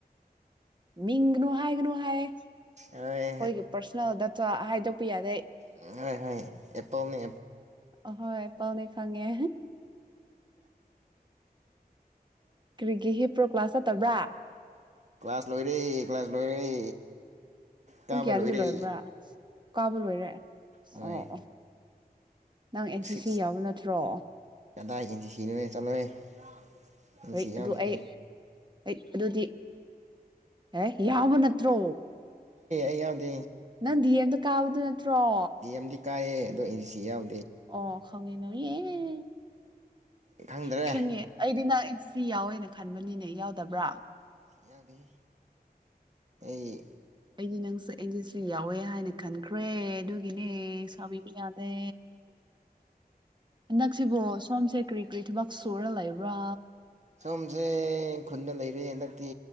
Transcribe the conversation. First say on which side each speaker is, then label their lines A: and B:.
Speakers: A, on the right; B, on the right.
A: ꯃꯤꯡꯒꯅꯨ ꯍꯥꯏꯒꯅꯨ ꯌꯥꯔꯦ ꯑꯩꯈꯣꯏꯒꯤ
B: ꯍꯣꯏ
A: ꯄꯔꯁꯅꯦꯜꯗꯑꯇꯥ ꯍꯥꯏꯗꯣꯛ ꯄꯤ ꯌꯥꯗꯦ
B: ꯎꯝ ꯍꯣꯏ ꯍꯣꯏ ꯑꯦꯄꯜ ꯅꯦ
A: ꯑꯍꯣꯏ ꯄꯥꯎꯅꯦ ꯈꯪꯉꯦ ꯀꯔꯤꯒꯤ ꯍꯤꯞꯄ꯭ꯔꯣ ꯀ꯭ꯂꯥꯁ ꯆꯠꯇꯕ꯭ꯔꯥ
B: ꯀ꯭ꯂꯥꯁ ꯂꯣꯏꯔꯦ ꯀ꯭ꯂꯥꯁ ꯂꯣꯏꯔꯦ
A: ꯄꯨꯡ
B: ꯀꯥꯕ
A: ꯀꯌꯥꯗꯒꯤ
B: ꯂꯣꯏꯔꯦ
A: ꯂꯣꯏꯕ꯭ꯔꯥ ꯀꯥꯕ ꯂꯣꯏꯔꯦ
B: ꯍꯣꯏ
A: ꯑꯣ ꯑꯣ ꯅꯪ ꯑꯦꯟ
B: ꯁꯤꯛꯁ
A: ꯁꯤ ꯁꯤ ꯌꯥꯎꯕ ꯅꯠꯇ꯭ꯔꯣ
B: ꯀꯗꯥꯏ ꯏꯟ ꯁꯤ ꯁꯤ ꯅꯣꯍꯦ ꯆꯠꯂꯣꯍꯦ <unintelligible>
A: ꯍꯣꯏ
B: ꯁꯤ ꯌꯥꯎ
A: ꯑꯗꯨ
B: ꯗꯦꯍꯦ
A: ꯑꯩ <unintelligible> ꯑꯗꯨꯗꯤ ꯑꯦ ꯌꯥꯕ ꯅꯠꯇ꯭ꯔꯣ
B: ꯌꯥꯗꯦ
A: ꯅꯪ ꯗꯤꯌꯦꯝꯗ ꯀꯥꯎꯗ ꯇ꯭ꯔꯣ
B: ꯗꯤ ꯑꯦꯝꯗꯤ ꯀꯥꯏꯌꯦ ꯑꯗꯣ ꯑꯦꯟ ꯁꯤ ꯁꯤ ꯌꯥꯎ
A: ꯑꯣ ꯈꯉꯦꯅ <unintelligible> <unintelligible>
B: ꯈꯪꯗ꯭ꯔꯦ
A: ꯈꯪꯉꯦ ꯑꯩꯗꯤ ꯅ ꯁꯤ ꯌꯥꯎꯋꯦꯅ ꯈꯟꯕꯅꯤꯅꯦ ꯌꯥꯎꯗꯕ꯭ꯔꯥ
B: ꯌꯥꯗꯦꯍꯦ ꯑꯩ
A: ꯑꯩꯗꯤ ꯅꯪꯁꯦ ꯑꯩꯟꯁꯨ ꯌꯥꯎꯋꯦ ꯍꯥꯏꯅ ꯈꯟꯈ꯭ꯔꯦ ꯑꯗꯨꯏ <unintelligible> ꯅꯦ ꯁꯕꯤꯕ ꯌꯥꯗꯦ ꯍꯟꯗꯛꯁꯤꯕꯣ ꯁꯣꯝꯁꯦ ꯀ꯭ꯔꯤ ꯀꯔꯤ ꯊꯕꯛ ꯁꯨꯔꯒ ꯂꯩꯕ꯭ꯔꯥ
B: ꯁꯣꯝꯁꯦ ꯈꯨꯟꯗ ꯂꯩꯔꯦ ꯍꯟꯗꯛꯇꯤ